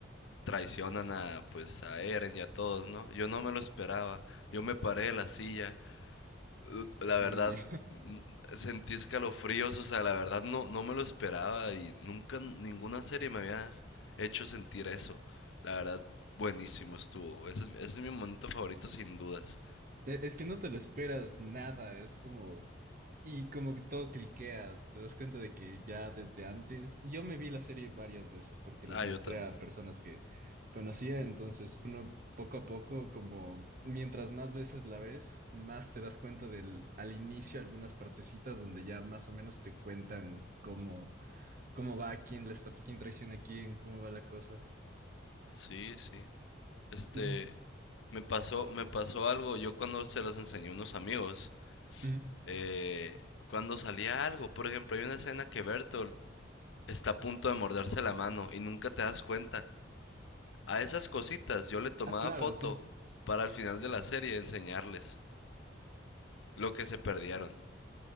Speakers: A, on the left (about 75°); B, on the right (about 45°).
A: traicionan a, pues, a Eren y a todos, ¿no? Yo no me lo esperaba, yo me paré de la silla, Uh, la verdad,
B: Sí.
A: n- sentí escalofríos, o sea, la verdad no, no me lo esperaba y nunca ninguna serie me había s- hecho sentir eso. La verdad, buenísimo estuvo, ese, es- ese es mi momento favorito sin dudas.
B: E- Es que no te lo esperas nada, es como... Y como que todo cliquea, te das cuenta de que ya desde antes... Yo me vi la serie varias veces porque les
A: Ah,
B: mostré
A: yo también.
B: a personas que conocía, entonces uno poco a poco, como mientras más veces la ves, más te das cuenta del al inicio algunas partecitas donde ya más o menos te cuentan cómo, cómo va, quién, les, tra- quién traiciona a quién, cómo va la cosa.
A: Sí, sí. Este,
B: Mm,
A: me pasó, me pasó algo. Yo cuando se los enseñé a unos amigos,
B: mm.
A: eh, cuando salía algo, por ejemplo, hay una escena que Bertolt está a punto de morderse la mano y nunca te das cuenta. A esas cositas yo le tomaba
B: Ah, claro,
A: foto
B: sí.
A: para al final de la serie enseñarles lo que se perdieron